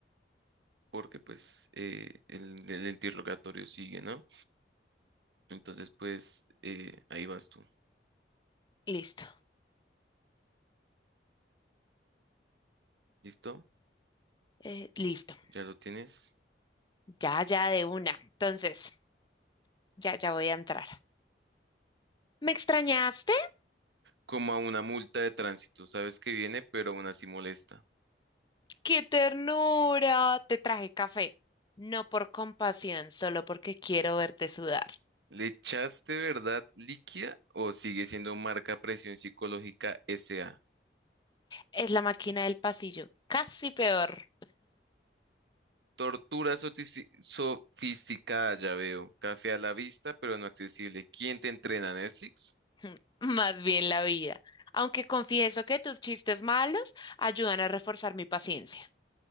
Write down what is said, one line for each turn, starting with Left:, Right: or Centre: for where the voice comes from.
Right: porque pues eh, el, el interrogatorio sigue, ¿no? Entonces, pues eh, ahí vas tú.
Left: Listo,
Right: ¿Listo?
Left: eh, listo.
Right: Ya lo tienes.
Left: Ya, ya de una. Entonces, ya, ya voy a entrar. ¿Me extrañaste?
Right: Como a una multa de tránsito, sabes que viene, pero aún así molesta.
Left: ¡Qué ternura! Te traje café. No por compasión, solo porque quiero verte sudar.
Right: ¿Le echaste verdad líquida o sigue siendo marca presión psicológica SA?
Left: Es la máquina del pasillo. Casi peor.
Right: Tortura sotisfi- sofisticada, ya veo. Café a la vista, pero no accesible. ¿Quién te entrena, Netflix?
Left: <laughs> Más bien la vida. Aunque confieso que tus chistes malos ayudan a reforzar mi paciencia.